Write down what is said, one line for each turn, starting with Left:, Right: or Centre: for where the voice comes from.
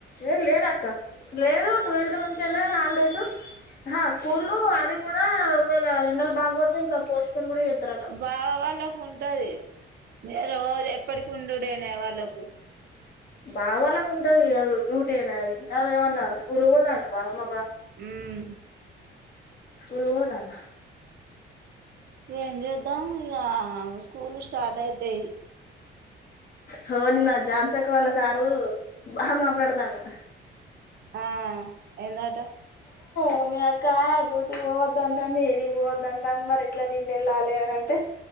Left: ఏ లే ఏ టక్క లేదు ట్వెల్త్ నుంచళ్ళ హాలిడేస్ స్కూల్ అ అది కూడా ఒకవేళ ఎండలు బాగ కొడతె ఇంకా పోస్ట్ కూడా ఇతారట
Right: బావ వాళ్ళకు ఉంటది రోజు ఎప్పటికి ఉండుడనే వాళ్ళకు
Left: బావ వాళ్ళకు ఉంటది అ డ్యూటీ అయినా అది అద ఏమన్నా స్కూల్ పోదాం బావ మా
Right: మ్
Left: ఉరు పోతన
Right: ఏం చేద్దాం ఇక స్కూల్ స్టార్ట్ అయితాయి
Left: హ నిన్న జాన్సేఖ వాళ్ళ సారు బాగా మాట్లాడతాండూ
Right: ఆ ఎందట
Left: సో మీ అక్క డూకి పోవద్దంత అంది ఎడిగి పోవద్దంత అంది మరి ఎట్లా తిండి వెళ్ళాలి అంటే,